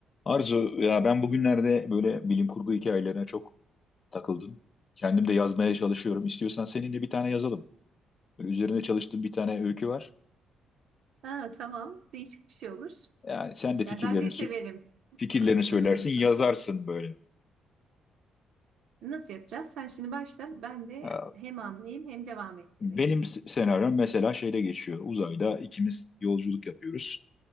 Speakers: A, on the left (about 40°); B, on the right (about 75°).
A: Arzu, ya ben bugünlerde böyle bilim kurgu hikayelerine çok takıldım. Kendim de yazmaya çalışıyorum. İstiyorsan seninle bir tane yazalım. Böyle üzerine çalıştığım bir tane öykü var.
B: Ha, tamam. Değişik bir şey olur.
A: Yani sen de
B: Yani
A: fikirlerini
B: ben de severim
A: sö- fikirlerini
B: aslında
A: söylersin,
B: bilim
A: yazarsın
B: kurgu.
A: böyle.
B: Nasıl yapacağız? Sen şimdi başla. Ben de
A: Ya
B: hem anlayayım hem devam ettireyim.
A: Benim s- senaryom mesela şeyde geçiyor. Uzayda ikimiz yolculuk yapıyoruz.